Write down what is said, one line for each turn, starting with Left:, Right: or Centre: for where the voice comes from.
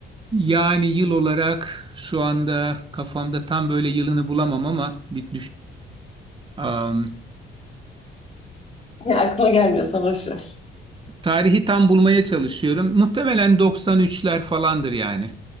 Right: Yani yıl olarak şu anda kafamda tam böyle yılını bulamam ama bir düşüneyim.
Left: Ya aklına gelmiyorsa boş ver.
Right: Tarihi tam bulmaya çalışıyorum. Muhtemelen 93'ler falandır yani.